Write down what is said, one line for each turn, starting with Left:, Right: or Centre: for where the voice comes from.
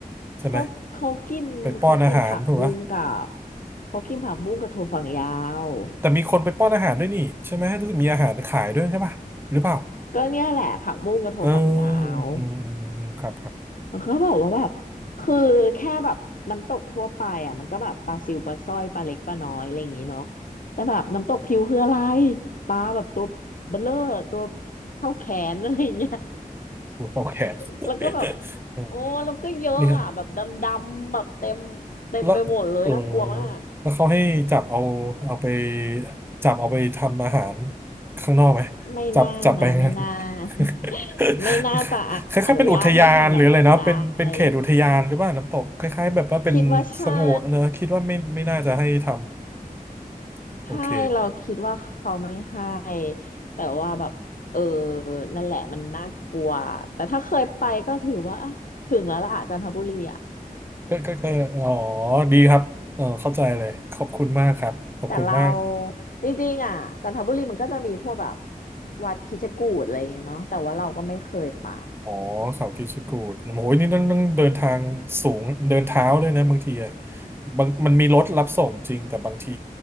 Right: ใช่ไหม
Left: เขาเขากินเขากินผักบุ้งกับ
Right: ไปป้อนอาหารถูกไหม
Left: เขากินผักบุ้งกับถั่วฝักยาว
Right: แต่มีคนไปป้อนอาหารด้วยนี่ใช่ไหมรู้สึกมีอาหารขายด้วยใช่ป่ะหรือเปล่า
Left: ก็เนี่ยแหละผักบุ้งกับถั่วฝักยาว
Right: เอออืมอืมอืมครับครับ
Left: มันก็บอกว่าแบบคือแค่แบบน้ำตกทั่วไปอ่ะมันก็แบบปลาซิวปลาสร้อยปลาเล็กปลาน้อยอะไรอย่างงี้เนาะแต่แบบน้ำตกพิวคืออะไรปลาแบบตัวเบลเลอร์ตัวเท่าแขนอะไรอย่างเงี้ย
Right: หัวเตาแขน
Left: <laughs> แล้วก็แบบ
Right: <laughs> เออ
Left: โอ้แล้วก็เยอะอ่ะแบบดำๆแบบเต็ม
Right: เนี่ย
Left: เต็มไปหมดเลยน่ากลัวมาก
Right: แล้วเออแล้วเขาให้จับเอาเอาไปจับเอาไปทำอาหารข้างนอกไหม
Left: ไม่น่านะไม่น่า
Right: จับจับไป <laughs>
Left: <laughs> ไม่น่าจะ
Right: คล้ายๆเป็นอุทยานหรืออะไรเนาะเป็นเป็นเขตอุทยานหรือว่าน้ำตกคล้ายๆแบบว่าเป็นสงวนเนอะคิดว่าไม่ไม่น่าจะให้ท
Left: อนุญาตให้ทำแบบนั้นได้คิดว่าใช่
Right: ำโอเค
Left: ใช่เราคิดว่าเขาไม่ให้แต่ว่าแบบเออนั่นแหละมันน่ากลัวแต่ถ้าเคยไปก็ถือว่าอ่ะถึงแล้วล่ะจันทบุรีอ่ะ
Right: ก็ก็ก็อ๋อดีครับ เออเข้าใจเลยขอบคุณมากครับ ขอบคุณมาก
Left: แต่เราจริงๆอ่ะจันทบุรีมันก็จะมีพวกแบบวัดคิดจกูฏอะไรเงี้ยเนาะแต่ว่าเราก็ไม่เคยไป
Right: อ๋อเขาคิดชะกูดโอ้ยนี่ต้องต้องเดินทางสูง เดินเท้าด้วยนะบางทีอ่ะบางมันมีรถรับส่งจริงแต่บางที